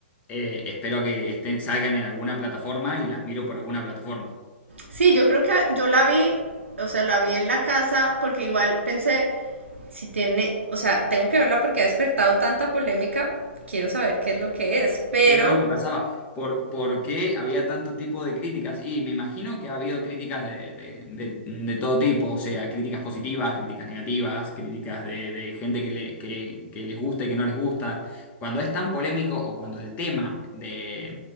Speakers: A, on the left; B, on the right.
A: eh, espero a que estén, salgan en alguna plataforma y las miro por alguna plataforma.
B: Sí, yo creo que yo la vi, o sea, la vi en la casa porque igual pensé, si tiene, o sea, tengo que verla porque ha despertado tanta polémica, quiero saber qué es lo que es, pero
A: Y era lo que pasaba. ¿Por, por qué había tanto tipo de críticas? Y me imagino que ha habido críticas de, de- de- de todo tipo, o sea, críticas positivas, críticas negativas, críticas de, de gente que, le, que, que les gusta y que no les gusta. Cuando es tan polémico o cuando el tema de